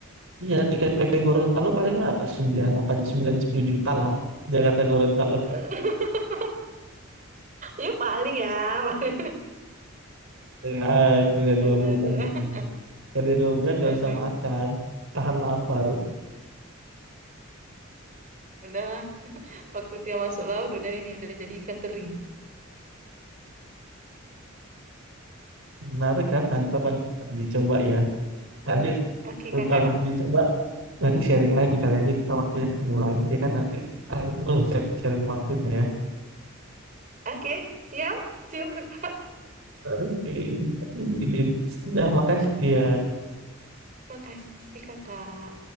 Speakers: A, on the right; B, on the right.
A: Iya tiket PP Gorontalo paling apa? sembilan, 8, 9, 10 juta lah. Jakarta Gorontalo
B: <laughs> ya paling ya paling
A: ya, kerja dua
B: ada
A: bulan.
B: aja.
A: gitu. Kerja dua bulan
B: Aduh,
A: gak usah makan. Tahan lapar. <laughs>
B: udahlah. Waktu dia masuk laut udah ini udah jadi ikan teri.
A: Menarik kan? Nanti kapan dicoba ya. Nanti
B: Oke
A: Udah
B: kakak.
A: dicoba nanti sharing lagi kali aja kita waktunya ketemu lagi ya kan nanti ah, itu belum sharing, sharing waktunya ya.
B: Oke, siap, siap kakak.
A: Oke, ini sudah makasih dia.
B: Makasih kakak.